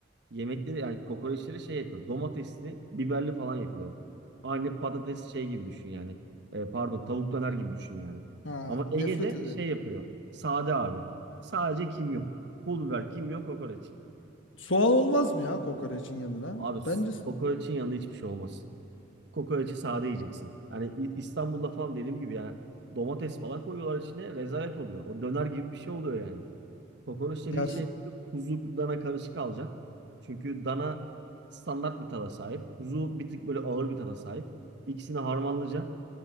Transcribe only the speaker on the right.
yemekleri yani kokoreçleri şey yapıyor. Domatesli, biberli falan yapıyorlar. Aynı patates şey gibi düşün yani. Ee, pardon tavuk döner gibi düşün yani.
Ama
Ege'de
şey yapıyor. Sade abi. Sadece kimyon. Pul biber, kimyon, kokoreç.
Abi s-
kokoreçin yanında hiçbir şey olmaz. Kokoreçi sade yiyeceksin. Hani İ- İstanbul'da falan dediğim gibi ya domates falan koyuyorlar içine rezalet oluyor. O döner gibi bir şey oluyor yani. Kokoreç dediğin
şey
böyle kuzu dana karışık alacaksın. Çünkü dana standart bir tada sahip. Kuzu bir tık böyle ağır bir tada sahip. İkisini harmanlayacaksın.